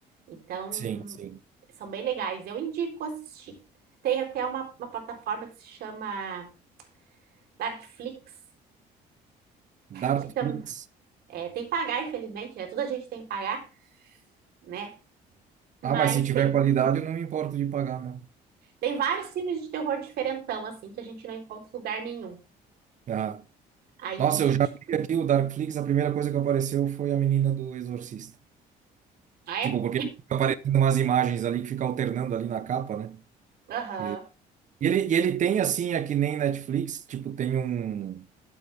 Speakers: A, on the right; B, on the right.
A: Então
B: sim, sim.
A: são bem legais, eu indico assistir. Tem até uma, uma plataforma que se chama Darkflix,
B: Darkflix.
A: que tam, é, tem que pagar, infelizmente, né? Toda gente tem que pagar, né? Mas
B: Ah, mas se tiver
A: tem
B: qualidade, eu não me importo de pagar, não.
A: Tem vários filmes de terror diferentão, assim, que a gente não encontra em lugar nenhum.
B: Ah.
A: Aí,
B: Nossa, eu já
A: tipo,
B: vi aqui o Darkflix, a primeira coisa que apareceu foi a menina do Exorcista.
A: ah, é?
B: Tipo, porque fica aparecendo umas imagens ali que fica alternando ali na capa, né?
A: Aham.
B: E E ele, e ele tem assim, é que nem Netflix, tipo, tem um,